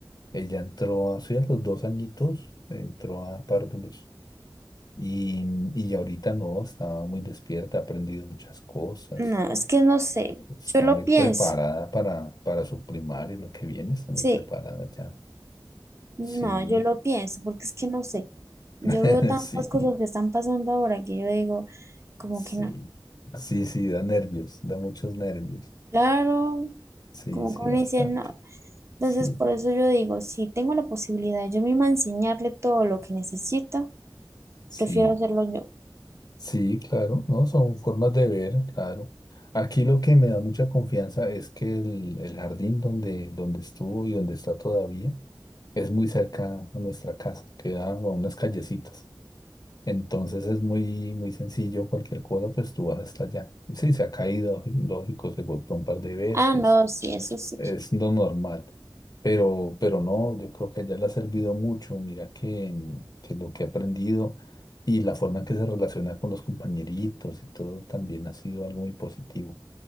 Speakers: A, on the left (about 50°); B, on the right (about 35°).
A: Ella entró, así a los dos añitos, entró a párvulos Y, y ahorita no, está muy despierta, ha aprendido muchas cosas,
B: No, es que no sé.
A: está
B: Yo lo
A: muy
B: pienso.
A: preparada para, para su primaria, lo que viene, está muy
B: Sí,
A: preparada ya.
B: no,
A: Sí,
B: yo lo pienso porque es que no sé. Yo
A: <laughs>
B: veo tantas
A: sí,
B: cosas que están pasando ahora que yo digo, como
A: sí,
B: que no.
A: sí, sí, da nervios, da muchos nervios.
B: Claro,
A: Sí,
B: como
A: sí,
B: que uno
A: bastante.
B: dice no. Entonces,
A: Sí,
B: por eso yo digo, si tengo la posibilidad yo misma de enseñarle todo lo que necesita,
A: sí,
B: prefiero hacerlo yo.
A: sí, claro, no, son formas de ver, claro. Aquí lo que me da mucha confianza es que el, el jardín donde, donde estuvo y donde está todavía, es muy cerca a nuestra casa, queda a unas callecitas. Entonces es muy, muy sencillo, cualquier cosa, pues tú vas hasta allá. Sí, se ha caído, lógico, se golpeó un par de veces,
B: Ah, no, sí, eso sí.
A: es lo normal. Pero, pero no, yo creo que a le ha servido mucho. Mira que, mm, que lo que ha aprendido y la forma en que se relaciona con los compañeritos y todo también ha sido algo muy positivo.